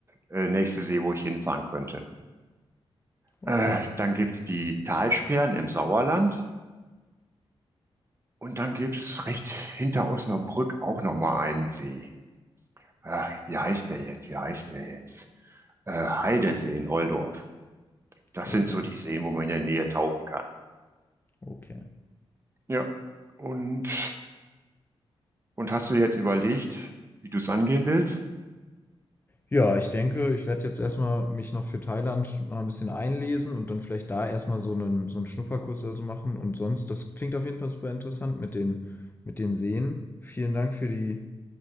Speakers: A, on the right (about 25°); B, on the left (about 20°).
A: äh, nächste See, wo ich hinfahren könnte. Äh,
B: okay,
A: dann gibt es die Talsperren im Sauerland und dann gibt es recht hinter Osnabrück auch nochmal einen See. Äh, wie heißt der jetzt? Wie heißt der jetzt? Äh, Heidesee in Holdorf. Das
B: okay,
A: sind so die Seen, wo man in der Nähe tauchen kann.
B: okay.
A: Ja. Und, und hast du jetzt überlegt, wie du es angehen willst?
B: Ja, ich denke, ich werde jetzt erstmal mich noch für Thailand noch ein bisschen einlesen und dann vielleicht da erstmal so einen, so einen Schnupperkurs oder so machen. Und sonst, das klingt auf jeden Fall super interessant mit den, mit den Seen. Vielen Dank für die,